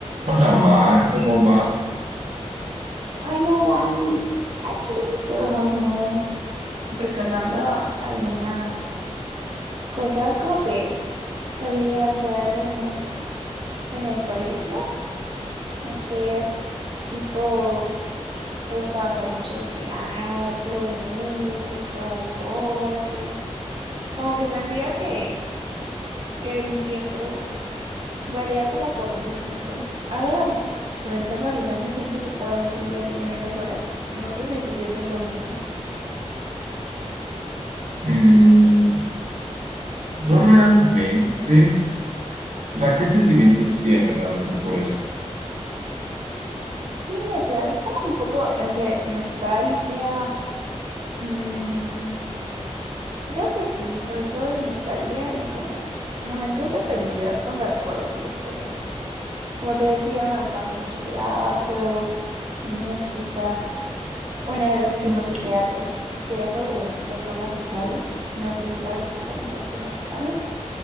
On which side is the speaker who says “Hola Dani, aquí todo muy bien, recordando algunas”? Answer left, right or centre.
Right